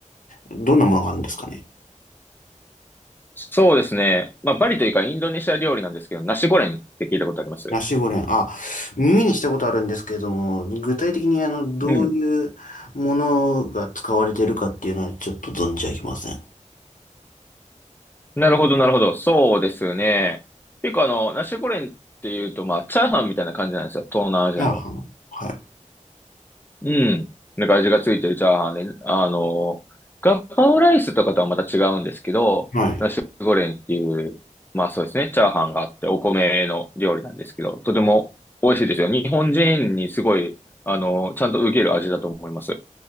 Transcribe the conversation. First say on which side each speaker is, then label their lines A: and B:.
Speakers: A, on the left; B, on the left.
A: どんなものがあるんですかね。
B: そうですね。まあ、バリというかインドネシア料理なんですけど、ナシゴレンって聞いたことあります
A: ナシゴレン、あ、耳にしたことあるんですけれども、具体的に、あの、どういうものが使われているかっていうのは、
B: うん。
A: ちょっと存じ上げません。
B: なるほど、なるほど。そうですね。結構あの、ナシゴレンっていうと、まあ、チャーハンみたいな感じなんですよ。東南アジアの。
A: チャーハン。はい。
B: うん。なんか味がついてるチャーハンで、あの、ガパオライスとかとはまた違うんですけど、
A: はい。
B: ナシゴレンっていう、まあそうですね、チャーハンがあって、お米の料理なんですけど、とても美味しいですよ。日本人にすごい、あの、ちゃんと受ける味だと思います。